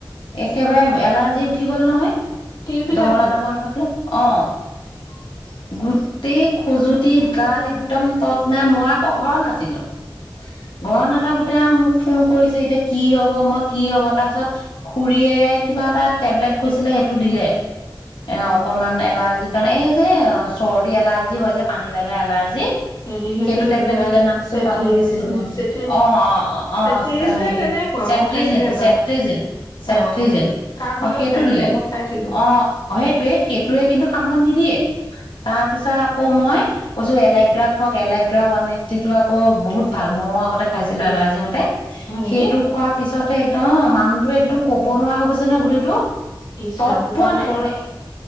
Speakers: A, on the left; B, on the left.
A: একেবাৰে এলাৰ্জি উঠি গ'ল নহয়
B: তিল পিঠা
A: ডমলা
B: খালে
A: দমল হ পাক অ গোটেই খজুতি
B: উম
A: গাত একদম তট মই আকৌ ঘৰত নাছিলো ঘৰত নাথাকো এতিয়া মোক ফোন কৰিছে এতিয়া কি হ'ব মই কি হ'ব তাৰপিছত খুৰীয়ে কিবা এটা টেবলেট কৈছিলে সেইটো দিলে অ অকণমান এলাৰ্জিৰ কাৰণে এই যে চৰ্দি এলাৰ্জি হয় যে পানী লগা এলাৰ্জি
B: হেৰি
A: সেইটো টেবলেট
B: কিবা
A: দিলে নামটো
B: চেত্ৰিশ
A: পাহৰিছিলো
B: নে
A: মই
B: চেত্ৰি
A: অ অ অ অ
B: চেত্ৰিশ নে
A: হেৰি
B: তেনেকুৱা
A: চেত্ৰিজিন
B: মই খাইছিলো এবাৰ
A: চেত্ৰিজিন চেত্ৰিজিন
B: অ কাহ হলেও
A: অ সেইটো
B: খাই দিয়া
A: দিলে
B: মই খাইছিলো
A: অ সেইটোৱে সেই এইতয়ে কিন্তু কামত নিদিয়ে তাৰপিছত আকৌ মই কৈছো বেলেগ ঔষধ বেলেগ ওৱান এইটটি টো আকৌ বহুত ভাল মইয়ো আগতে খাইছিলো এলাৰ্জি দিওঁতে
B: হয় নেকি
A: সেইটো খোৱাৰ পিছত তাতে একদম মানুহতো একদম ক'ব নোৱাৰা হৈ গৈছে নহয় গোটেইটো তত
B: ইচৰাম তোমালোকৰ
A: পোৱা নাই মানে